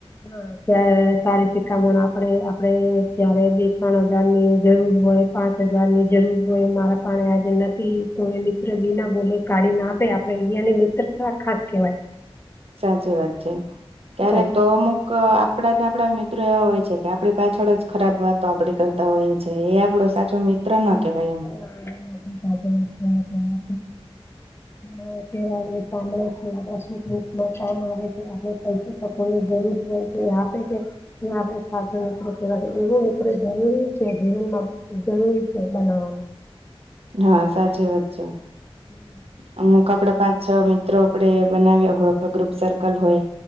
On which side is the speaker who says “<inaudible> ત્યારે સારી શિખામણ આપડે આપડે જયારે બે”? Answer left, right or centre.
Left